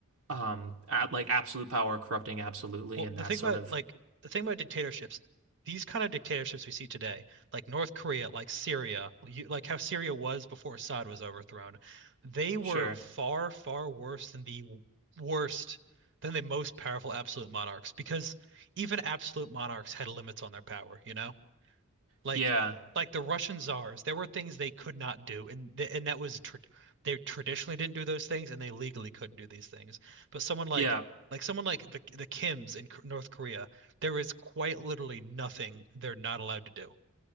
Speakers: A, on the right; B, on the right.
A: um at, like absolute power corrupting absolutely
B: Well,
A: and
B: the
A: that
B: thing
A: sort
B: about
A: of
B: like the thing about dictatorships, these kind of dictatorships we see today, like North Korea, like Syria, you, like how Syria was before Assad was overthrown, they were
A: sure
B: far, far worse than the w- worst, than the most powerful absolute monarchs, because even absolute monarchs had limits on their power, you know? Like
A: yeah
B: like the Russian czars, there were things they could not do, and th and that was tr they traditionally didn't do those things, and they legally couldn't do these things. But someone like
A: yeah
B: like someone like the the Kims in K- North Korea, there is quite literally nothing they're not allowed to do